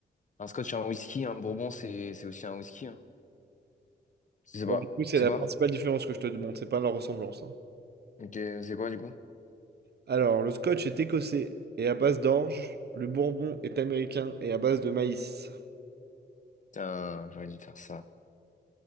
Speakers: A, on the left (about 45°); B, on the right (about 65°).
A: Un scotch et un whisky, un bourbon c'est c'est aussi un whisky. Hein. Je sais
B: Ouais,
A: pas.
B: du coup, c'est
A: C'est
B: la
A: quoi?
B: principale différence que je te demande, c'est pas leur ressemblance. hein.
A: Ok, c'est quoi du coup?
B: Alors, le scotch est écossais et à base d'orge. Le bourbon est américain et à base de maïs.
A: Putain, j'aurais dû faire ça.